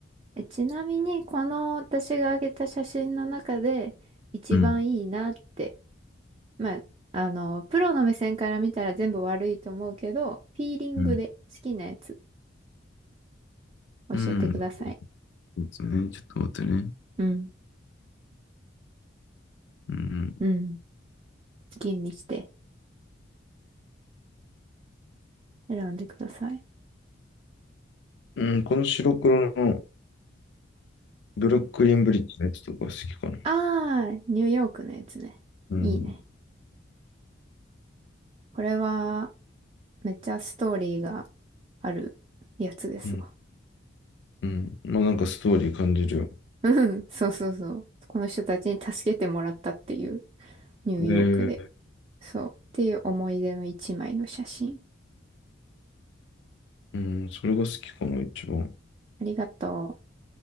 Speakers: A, on the right; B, on the left.
A: え、ちなみに、この私が上げた写真の中で、一番いいなって、
B: うん。
A: まあ、あの、プロの目線から見たら全部悪いと思うけど、フィーリングで好きなやつ
B: うん。
A: 教えてください。
B: うん。そうですね。ちょっと待ってね。
A: うん。
B: うん。
A: うん。吟味して選んでください。
B: うん、この白黒のブルックリンブリッジのやつとか好きかな。
A: ああー、ニューヨークのやつね。
B: うん。
A: いいね。これは、めっちゃストーリーがあるやつですわ。
B: うんうん。まあなんかストーリー感じるよ。
A: うん <laughs> そうそうそう。この人たちに助けてもらったっていう、ニューヨークで。
B: で、
A: そう。っていう思い出の一枚の写真。
B: うん、それが好きかな、一番。
A: ありがとう。